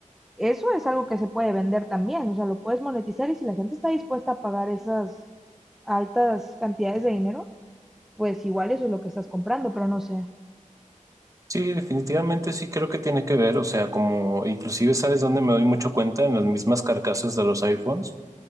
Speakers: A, in the centre; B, on the right.
A: eso es algo que se puede vender también, o sea, lo puedes monetizar y si la gente está dispuesta a pagar esas altas cantidades de dinero, pues igual eso es lo que estás comprando, pero no sé.
B: Sí, definitivamente sí creo que tiene que ver, o sea, como inclusive sabes dónde me doy mucho cuenta en las mismas carcasas de los iPhones.